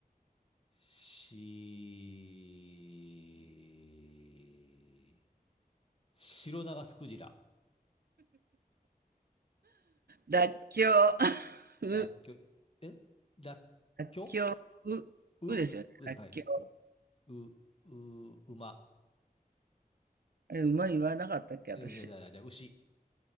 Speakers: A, on the left; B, on the right.
A: し、白長スクジラ、
B: らっきょう、<laughs>
A: ラッキョえらっきょ
B: う、らっきょう、う、
A: うですか、
B: うですよね。らっきょう。
A: はい。う、う、馬、
B: あれ、馬言わなかったっけ、私。
A: じゃじゃじゃじゃ牛、